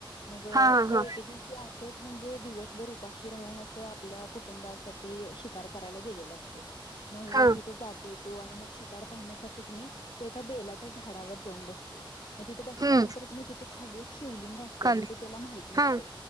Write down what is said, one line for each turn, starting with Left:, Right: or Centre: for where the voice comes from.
Left: मग
Right: हा
Left: तो
Right: हा
Left: एके दिवशी असच म्हणजे दिवसभर उपाशी राहून असं आपल्या कुटुंबासाठी शिकार करायला गेलेला असतोय. मग
Right: हा
Left: तिथं जात तो आणि मग शिकार पाहण्यासाठी तो एका बेलाच्या झाडावर जाऊन बसतोय. मग तिथं बसल्यानंतर
Right: हम्म
Left: कणी तिथ खाली एक शिवलिंग अस
Right: काल
Left: तय ते त्याला माहित नसतंय
Right: हा